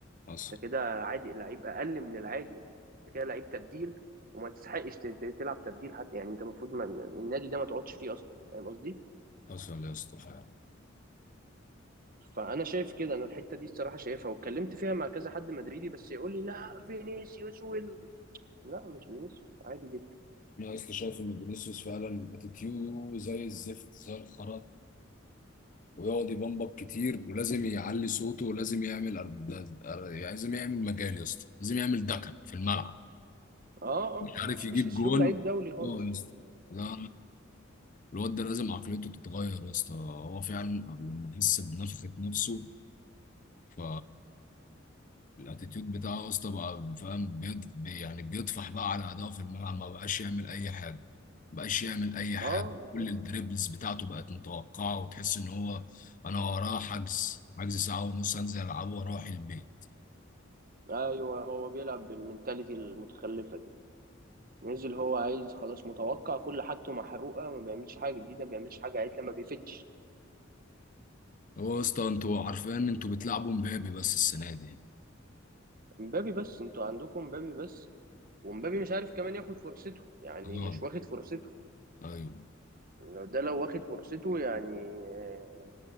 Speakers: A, on the left; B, on the right.
A: حصل
B: انت كده عادي لعيب اقل من العادي انت كده لعيب تبديل وما تستحقش ت- ت- تلعب تبديل حتى يعني انت المفروض ما- النادي ده ما تقعدش فيه اصلا فاهم قصدي؟
A: حصل يا اسطى فعلا
B: فانا شايف كده انا الحته دي الصراحه شايفها واتكلمت فيها مع كذا حد مدريدي بس يقول لي لا فينيسيوس وال... لا مش فينيسيوس عادي جدا
A: انا يا اسطى شايف ان فينيسيوس فعلا اتيتيوده زي الزفت زي الخرا ويقعد يبمبك كتير ولازم يعلي صوته ولازم يعمل أرد... أر- يعني لازم يعمل مجال يا اسطى لازم يعمل دكن في الملعب
B: اه
A: مش
B: اه مش
A: عارف يجيب
B: مش اسلوب
A: جون
B: لعيب دولي خالص
A: اه يا اسطى لا الواد ده لازم عقليته تتغير يا اسطى هو فعلا قبل ما يحس بنفخة نفسه ف الاتيتيود بتاعه يا اسطى بقى فاهم بيض... بي- يعني بيطفح بقى على اداءه في الملعب ما بقاش يعمل اي حاجه ما بقاش يعمل اي حاجه
B: اه بالظبط
A: كل الدريبلز بتاعته بقت متوقعه وتحس ان هو انا وراه حجز حجز ساعه ونص انزل العبه واروح البيت
B: ايوه هو بيلعب بالمنتاليتي المتخلفه دي نزل هو عايز خلاص متوقع كل حاجته محروقه ما بيعملش حاجه جديده ما بيعملش حاجه عدله ما بيفتش
A: هو يا اسطى انتوا عارفين ان انتوا بتلعبوا مبابي بس السنه دي
B: مبابي بس انتوا عندكم مبابي بس ومبابي مش عارف كمان ياخد فرصته يعني
A: اه
B: مش واخد فرصته
A: ايوه
B: لو ده لو واخد فرصته يعني آه،